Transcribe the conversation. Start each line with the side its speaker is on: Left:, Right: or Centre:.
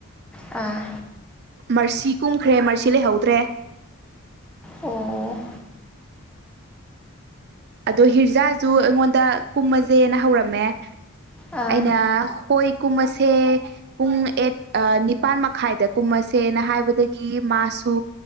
Centre: ꯑꯥ
Right: ꯃꯔꯥꯁꯤ ꯀꯨꯝꯈ꯭ꯔꯦ ꯃꯔꯥꯁꯤ ꯂꯩꯍꯧꯗ꯭ꯔꯦ
Centre: ꯑꯣ
Right: ꯑꯗꯣ ꯍꯤꯔꯖꯥ ꯖꯎ ꯑꯩꯉꯣꯟꯗ ꯀꯨꯝꯃꯁꯦꯅ ꯍꯧꯔꯝꯃꯦ
Centre: ꯑꯥ
Right: ꯑꯩꯅ ꯍꯣꯏ ꯀꯨꯝꯃꯁꯦ ꯄꯨꯡ ꯑꯦꯠ ꯅꯤꯄꯥꯜ ꯃꯈꯥꯏꯗ ꯀꯨꯝꯃꯁꯦꯅ ꯍꯥꯏꯕꯗꯒꯤ ꯃꯥꯔꯁ ꯁꯨ